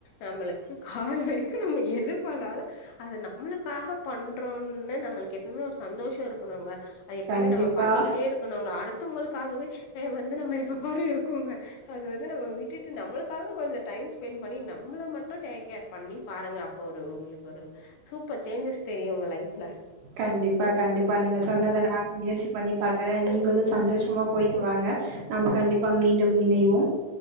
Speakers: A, on the left (about 85°); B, on the right (about 80°).
A: நம்ளுக்கு கால் வரைக்கு நம்ம எது பண்ணாலு அது நம்முளுக்காக பண்றோன்னு நம்ளுக்கு எப்பவுமே ஒரு சந்தோஷம் இருக்குணுங்க அது எப்பமே
B: கண்டிப்பா
A: நம்ம பண்ணிட்டே இருக்கணுங்க அடுத் தவுங்களுக்காகவே ஆ வந்து நம்ம எப்ப பாரு இருக்கோங்க அத வந்து நம்ம விட்டுட்டு நம்மளுக்காக கொஞ்ச டைம் ஸ்பெண்ட் பண்ணி நம்மள மட்டு டேக் கேர் பண்ணி பாருங்க அ ப்ப ஒரு உங்களுக்கு ஒரு சூப்பர் சேஞ்சஸ் தெரியு உங்க லைஃப்ல
B: கண்டிப்பா கண்டிப்பா நீங்க சொன்னத நானு முயற்சி பண்ணி பாக்குறே நீங்களு சந்தோஷமா போயிட்டு வாங்க நம்ம கண்டிப்பா மீண்டும் இணைவோம்